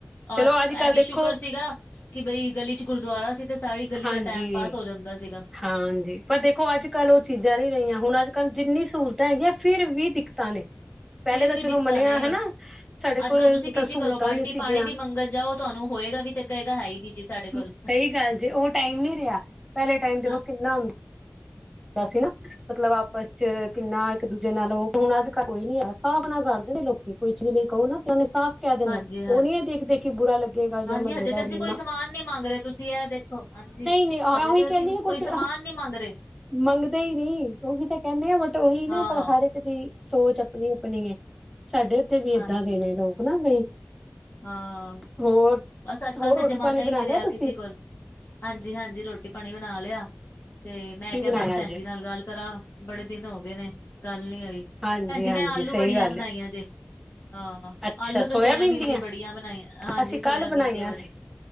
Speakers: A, on the left; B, in the centre.
A: ਆਸ
B: ਚਲੋ ਅੱਜ-ਕੱਲ
A: ਇਹ ਵੀ
B: ਦੇਖੋ
A: ਸ਼ੁਕਰ ਸੀਗਾ ਕਿ ਬਈ ਗਲੀ ਚ' ਗੁਰਦੁਆਰਾ ਸੀ। ਤੇ ਸਾਰੀ ਗਲੀ
B: ਹਾਂਜੀ।
A: ਦਾ ਟੈਮ ਪਾਸ ਹੋ ਜਾਂਦਾ ਸੀਗਾ।
B: ਹਾਂਜੀ ਪਰ ਦੇਖੋ ਅੱਜ ਕੱਲ ਉਹ ਚੀਜ਼ਾਂ ਨੀ ਰਹੀਆਂ ਹੁਣ ਅੱਜ ਕੱਲ ਜਿੰਨੀ ਸਹੂਲਤਾਂ ਹੈਗੀਆਂ ਫਿਰ ਵੀ ਦਿੱਕਤਾਂ ਨੇ ਪਹਿਲੇ
A: ਫੇਰ
B: ਤਾਂ
A: ਵੀ
B: ਚਲੋ
A: ਦਿੱਕਤਾਂ
B: ਮੰਨਿਆ
A: ਨੇ
B: ਹਨਾ ਸਾਡੇ
A: ਅੱਜ
B: ਕੋਲ
A: ਕੱਲ੍ਹ ਤੁਸੀਂ ਕਿਸੇ
B: ਤਾਂ ਸਹੂਲਤਾਂ
A: ਘਰੋਂ ਬਾਲਟੀ
B: ਨੀ ਸੀਗੀਆਂ
A: ਪਾਣੀ ਦੀ ਮੰਗਣ ਜਾਓ ਤੁਹਾਨੂੰ ਹੋਏਗਾ ਵੀ ਤੇ ਕਹੇਗਾ ਹੈ ਹੀ ਨੀ ਜੀ ਸਾਡੇ ਕੋਲ
B: ਸਹੀ ਗੱਲ ਜੇ ਉਹ ਟਾਈਮ ਨੀ ਰਿਹਾ ਪਹਿਲੇ ਟਾਈਮ ਦੇਖੋ
A: ਨਾ
B: ਕਿੰਨਾ <unintelligible> ਮਤਲਬ ਆਪਸ ਚ' ਕਿੰਨਾ ਇੱਕ ਦੂਜੇ ਨਾਲ ਉਹ ਹੁਣ ਅੱਜ ਕੱਲ ਕੋਈ ਨੀ ਹੈ ਸਾਫ ਨਾਲ ਕਰਦੇ ਨੇ ਲੋਕ ਕਿ ਕੋਈ ਚੀਜ਼ ਲਈ ਕਹੋ ਨਾ ਉਹਨਾਂ ਨੇ ਸਾਫ਼ ਕਹਿ ਦੇਣਾ
A: ਹਾਂਜੀ-ਹਾਂਜੀ
B: ਉਹ ਨੀ
A: ਹਾਂਜੀ
B: ਆ ਦੇਖ ਦੇਖ ਕਿ ਬੁਰਾ ਲੱਗੇਗਾ ਜਾਂ
A: ਹਾਂਜੀ
B: ਮਹੱਲੇਦਾਰੀ
A: ਹਜੇ ਤੇ ਅਸੀਂ
B: ਐ
A: ਕੋਈ ਸਮਾਨ ਨੀ ਮੰਗ ਰਹੇ ਤੁਸੀਂ ਇਹ ਦੇਖੋ' ਹਾਂਜੀ
B: ਨਹੀਂ
A: ਹਜੇ
B: ਮੈਂ ਉਹੀ
A: ਤੇ ਅਸੀਂ
B: ਕਹਿੰਦੀ ਹਾਂ ਕੁਛ
A: ਕੋਈ ਸਮਾਨ ਨੀ ਮੰਗ ਰਹੇ
B: ਮੰਗਦੇ ਹੀ ਨਹੀਂ ਉਹੀ ਤਾਂ ਕਹਿੰਦੇ ਆ ਬਟ ਉਹੀ ਨਾ
A: ਹਾਂ
B: ਪਰ ਹ ਹਰ ਇੱਕ ਦੀ ਸੋਚ ਆਪਣੀ-ਆਪਣੀ ਹੈ ਸਾਡੇ ਉੱਥੇ ਵੀ
A: ਹਾਂਜੀ
B: ਏਦਾਂ ਦੇਣੇ ਲੋਕ ਨਾ ਬਈ
A: ਹਾਂ
B: ਹੋਰ
A: ਬਸ ਅੱਜ
B: ਹੋਰ
A: ਕੱਲ ਤਾਂ
B: ਰੋਟੀ
A: ਜ਼ਮਾਨਾ
B: ਪਾਣੀ
A: ਹੀ
B: ਬਣਾ
A: ਨਹੀਂ
B: ਲਿਆ
A: ਰਿਹਾ
B: ਤੁਸੀਂ
A: ਕਿਸੇ ਕੋਲ ਹਾਂਜੀ-ਹਾਂਜੀ ਰੋਟੀ ਪਾਣੀ ਬਣਾ ਲਿਆ। ਤੇ' ਮੈਂ
B: ਕੀ
A: ਕਿਹਾ
B: ਬਣਾਇਆ
A: ਬਸ ਭੈਣ
B: ਅੱਜ
A: ਜੀ ਨਾਲ ਗੱਲ ਕਰਾਂ ਬੜੇ ਦਿਨ ਹੋ ਗਏ ਨੇ ਗੱਲ ਨੀ ਹੋਈ
B: ਹਾਂਜੀ
A: ਭੈਣ ਜੀ
B: ਹਾਂਜੀ
A: ਮੈਂ ਆਲੂ
B: ਸਹੀ
A: ਬੜੀਆਂ
B: ਗੱਲ
A: ਬਣਾਈਆਂ
B: ਹੈ
A: ਜੇ ਹਾਂ
B: ਅੱਛਾ
A: ਆਲੂ ਤੇ ਸੋਇਆਬੀਨ
B: ਦੀਆਂ
A: ਦੀ ਬੜੀਆਂ ਬਣਾਈਆਂ ਹਾਂਜੀ
B: ਅਸੀਂ
A: ਸੋਇਆਬੀਨ
B: ਕੱਲ ਬਣਾਈਆਂ
A: ਦੀਆਂ ਬੜੇ
B: ਸੀ